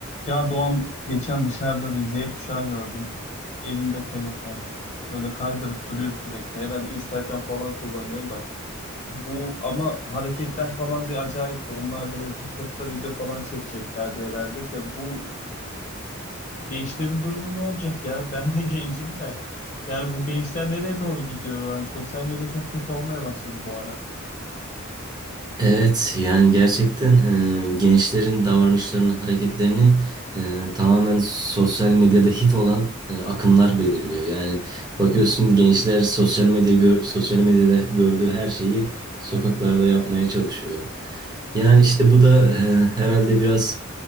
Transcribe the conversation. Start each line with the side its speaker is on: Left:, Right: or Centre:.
Left: Ya Doğan geçen dışarıda bir Z kuşağı gördüm. Elinde telefon. Böyle kaydırıp duruyor sürekli. Herhalde Instagram falan kullanıyor da. Bu ama hareketler falan bir acayipti. Onlar da böyle TikTok'ta video falan çekeceklerdi herhalde de. Bu gençlerin durumu ne olacak ya? Ben de <laughs> gencim de. Yani bu gençler nereye doğru gidiyor? Yani sosyal medya çok kötü olmaya başladı bu ara.
Right: Evet yani gerçekten e, gençlerin davranışlarını, hareketlerini e, tamamen sosyal medyada hit olan e, akımlar belirliyor. Yani
Left: Evet.
Right: bakıyorsun gençler sosyal medya gör- sosyal medyada gördüğü her şeyi sokaklarda yapmaya çalışıyor. Yani işte bu da e, herhalde biraz